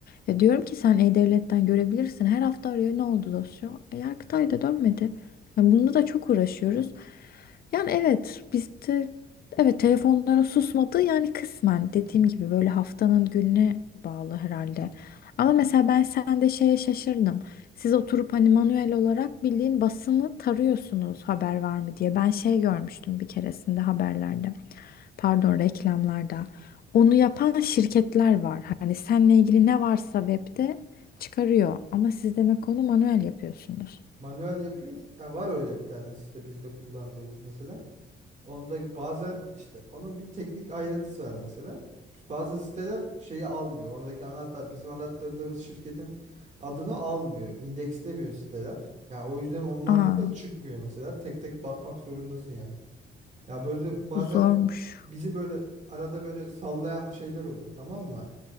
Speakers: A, on the left; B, on the right.
A: Ya diyorum ki sen E-Devlet'ten görebilirsin. Her hafta arıyor ne oldu dosya? E, Yargıtay'da dönmedi. Yani bunda da çok uğraşıyoruz. Yani evet bizde evet telefonlara susmadı yani kısmen dediğim gibi böyle haftanın gününe bağlı herhalde. Ama mesela ben sende şeye şaşırdım. Siz oturup hani manuel olarak bildiğin basını tarıyorsunuz haber var mı diye. Ben şey görmüştüm bir keresinde haberlerde. Pardon reklamlarda. Onu yapan şirketler var. Hani seninle ilgili ne varsa webde çıkarıyor. Ama siz demek onu manuel yapıyorsunuz.
B: Manuel yapıyoruz. Ya var öyle bir tane site bizde kullandığımız mesela. Onda bazen işte onun bir teknik ayrıntısı var mesela. Bazı siteler şeyi almıyor. Oradaki anahtar bizim arattırdığımız şirketin adını almıyor. indekslemiyor siteler. Yani o yüzden onlarda
A: Aa,
B: da çıkmıyor mesela. Tek tek bakmak zorundasın yani. Ya böyle bazen
A: bu zormuş.
B: bizi böyle arada böyle sallayan şeyler oluyor tamam mı?